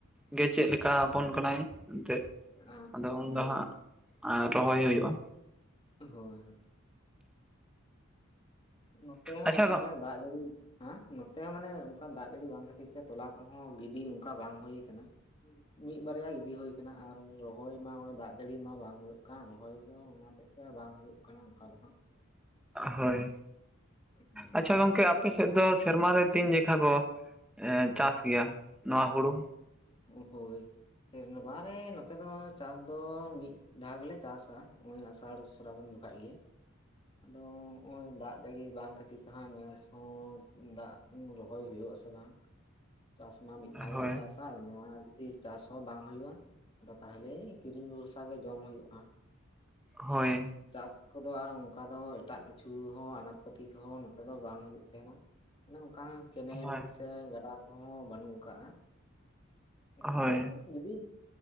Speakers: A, in the centre; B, on the left.
A: ᱜᱮ ᱪᱮᱫ ᱞᱮᱠᱟ ᱠᱟ ᱟᱵᱚᱱ ᱠᱟᱱᱟᱭ ᱮᱱᱛᱮᱫ
B: ᱟᱪᱪᱷᱟ
A: ᱟᱫᱚ ᱩᱱ
B: ᱦᱮᱸ
A: ᱫᱚ ᱦᱟᱸᱜ ᱨᱚᱦᱚᱭ ᱦᱩᱭᱩᱜᱼᱟ᱾
B: ᱦᱳᱭ ᱦᱳᱭ᱾ ᱱᱚᱛᱮ ᱦᱚᱸ
A: ᱟᱪᱪᱷᱟ
B: ᱚᱱᱠᱟ ᱜᱮ ᱫᱟᱜ ᱡᱟᱹᱲᱤ ᱦᱟᱸ ᱱᱚᱛᱮ ᱦᱚᱸ ᱢᱟᱱᱮ ᱚᱱᱠᱟ ᱫᱟᱜ ᱡᱟᱹᱲᱤ ᱵᱟᱝ ᱠᱷᱟᱹᱛᱤᱨ ᱛᱮ ᱛᱚᱞᱟ ᱠᱚᱦᱚᱸ ᱜᱤᱰᱤ ᱚᱱᱠᱟ ᱵᱟᱝ ᱦᱩᱭ ᱠᱟᱱᱟ᱾ ᱢᱤᱫ ᱵᱟᱨᱭᱟ ᱜᱤᱫᱤ ᱦᱳᱭ ᱠᱟᱱᱟ ᱟᱨ ᱨᱚᱦᱚᱭ ᱢᱟ ᱱᱚᱜᱚᱭ ᱫᱟᱜ ᱡᱟᱹᱲᱤ ᱢᱟ ᱵᱟᱝ ᱦᱩᱭᱩᱜ ᱠᱟᱱ ᱨᱚᱦᱚᱭ ᱫᱚ ᱚᱱᱟ ᱦᱮᱛᱮᱛ ᱥᱮ ᱵᱟᱝ ᱦᱩᱭᱩᱜ ᱠᱟᱱᱟ ᱚᱱᱠᱟ ᱫᱚ ᱦᱟᱸᱜ᱾
A: ᱦᱳᱭ
B: ᱦᱩᱸ ᱦᱩᱸ
A: ᱟᱪᱪᱷᱟ ᱜᱚᱢᱠᱮ ᱟᱯᱮ ᱥᱮᱫ ᱫᱚ ᱥᱮᱨᱢᱟ ᱨᱮ ᱛᱤᱱ ᱡᱮᱠᱷᱟ ᱠᱚ ᱮᱸ ᱪᱟᱥ ᱜᱮᱭᱟ ᱱᱚᱣᱟ ᱦᱩᱲᱩ?
B: ᱳ ᱦᱳᱭ᱾ ᱥᱮᱨᱱᱢᱵᱟ ᱨᱮ ᱱᱚᱛᱮ ᱫᱚ ᱪᱟᱥ ᱫᱚ ᱢᱤᱫ ᱫᱷᱟᱣ ᱜᱮᱞᱮ ᱪᱟᱥᱟ ᱱᱚᱜᱚᱭ ᱟᱥᱟᱲ ᱥᱨᱟᱵᱚᱱ᱾ ᱠᱟᱡ ᱟᱹᱭᱟ ᱟᱫᱚ ᱦᱚᱸᱜ ᱚᱭ ᱫᱟᱜ ᱡᱟᱹᱲᱤ ᱵᱟᱝ ᱠᱷᱟᱹᱛᱤᱨ ᱛᱮᱦᱟᱸᱜ ᱱᱮᱥ ᱦᱚᱸ ᱫᱟᱜ ᱨᱚᱦᱚᱭ ᱦᱩᱭᱩᱜ ᱟᱥᱮ ᱵᱟᱝ ᱪᱟᱥᱢᱟ ᱢᱤᱫ ᱫᱷᱟᱣ ᱜᱮᱞᱮ
A: ᱦᱳᱭ
B: ᱪᱟᱥᱟ ᱱᱚᱣᱟ ᱟᱨ ᱡᱩᱫᱤ ᱪᱟᱥ ᱦᱚᱸ ᱵᱟᱝ ᱦᱩᱭᱩᱜᱼᱟ ᱟᱫᱚ ᱛᱟᱦᱚᱞᱮ ᱠᱤᱨᱤᱧ ᱵᱷᱚᱨᱥᱟ ᱜᱮ ᱡᱚᱢ ᱦᱩᱭᱩᱜᱼᱟ᱾
A: ᱦᱳᱭ
B: ᱟᱸᱪ ᱪᱟᱥ ᱠᱚᱫᱚ ᱟᱨ ᱚᱱᱠᱟ ᱫᱚ ᱮᱴᱟᱜ ᱠᱤᱪᱷᱩ ᱦᱚᱸ ᱟᱱᱟᱡ ᱯᱟᱹᱛᱤ ᱠᱚᱦᱚᱸ ᱱᱚᱛᱮ ᱫᱚ ᱵᱟᱝ ᱦᱩᱭᱩᱜ ᱛᱟᱦᱮᱸᱱᱟ᱾ ᱚᱱᱮ ᱚᱱᱠᱟ ᱠᱮᱱᱮᱞ
A: ᱦᱳᱭ
B: ᱥᱮ ᱜᱟᱰᱟ ᱠᱚᱦᱚᱸ ᱵᱟᱹᱱᱩᱜ ᱟᱠᱟᱜᱼᱟ᱾ ᱮᱠᱟᱞ
A: ᱦᱳᱭ
B: ᱡᱩᱫᱤ